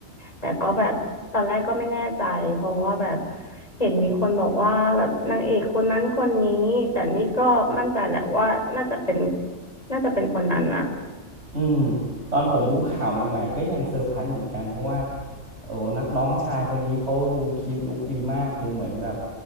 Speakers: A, on the left; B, on the right.
A: แต่ก็แบบตอนแรกก็ไม่แน่ใจเพราะว่าแบบเห็นมีคนบอกว่าแบบนางเอกคนนั้นคนนี้แต่นี่ก็มั่นใจแหละว่าน่าจะเป็นน่าจะเป็นคนนั้นอ่ะ
B: อืม ตอนผมดูข่าวใหม่ๆก็ยังเซอร์ไพรส์เหมือนกัน เพราะว่าโอ้นักร้องชายคนนี้เขาดูคลิปลุกดีมาก ดูเหมือนแบบ